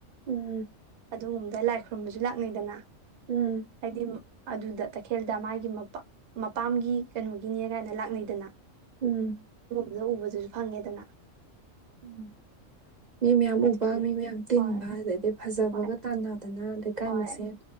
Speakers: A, on the right; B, on the right.
A: ꯎꯝ
B: ꯑꯗꯨꯒꯨꯝꯕꯗ ꯂꯥꯏ ꯈꯨꯔꯨꯝꯕꯁꯨ ꯂꯥꯛꯅꯩꯗꯅ
A: ꯎꯝ
B: ꯍꯥꯏꯗꯤ ꯑꯗꯨꯗ ꯇꯈꯦꯜꯗ ꯃꯥꯒꯤ ꯃꯄꯥ ꯃꯄꯥꯝꯒꯤ ꯀꯩꯅꯣꯒꯤꯅꯦ ꯀꯥꯏꯅ ꯂꯥꯛꯅꯩꯗꯅ
A: ꯎꯝ
B: ꯑꯗ ꯎꯕꯁꯁꯨ ꯐꯪꯉꯦꯗꯅ
A: ꯎꯝ ꯃꯤ ꯃꯌꯥꯝ
B: ꯑꯗꯨꯒꯤ
A: ꯎꯕ ꯃꯤ ꯃꯌꯥꯝ ꯇꯤꯟꯕ
B: ꯍꯣꯏ
A: ꯑꯗꯩꯗꯤ ꯐꯖꯕꯒ
B: ꯍꯣꯏ
A: ꯇꯥꯟꯅꯗꯅ ꯂꯩꯩꯀꯥꯏ
B: ꯍꯣꯏ
A: ꯃꯁꯦꯟ